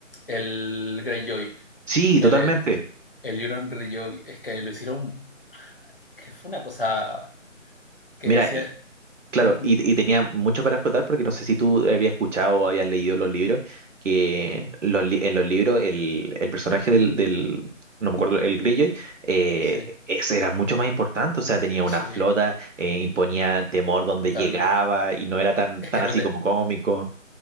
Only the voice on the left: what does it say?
el Greyjoy,
el,
eh, el Euron Greyjoy. Es que lo hicieron, que fue una cosa que
decía...
ujú,
ujú,
sí,
sí,
totalmente.
Es
que era
un de-